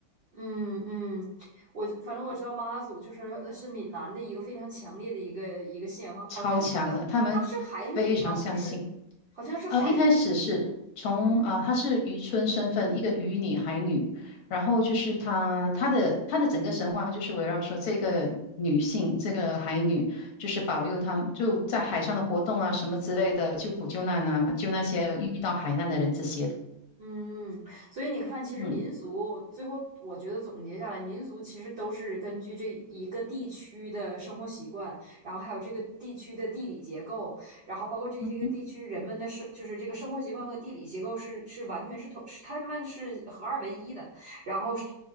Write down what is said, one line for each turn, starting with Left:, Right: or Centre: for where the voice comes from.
Right: 嗯嗯，我反正我知道妈祖就是呃是闽南的一个非常强烈的一个一个信仰方，好，
Left: 超强了，
Right: 她是个她是海女吗？
Left: 他们非常相信。
Right: 她是好像是海女，
Left: 呃，一开始是从啊、
Right: 嗯。
Left: 呃她是渔村身份，一个渔女、海女，然后就是她，她的她的整个神话就是围绕说这个女性，这个海女，就是保佑他们就在海上的活动啊，什么之类的，救苦救难啊，救那些遇到海难的人这些的。
Right: 嗯，嗯所以你看，其实民俗最后，
Left: 嗯
Right: 我觉得总结下来，民俗其实都是根据这一个地区的生活习惯，然后还有这个地区的地理结构，然后包括这些个地区人们的生，
Left: 嗯哼
Right: 就是这个生活习惯和地理结构是是完全是同，是他们是合二为一的，然后是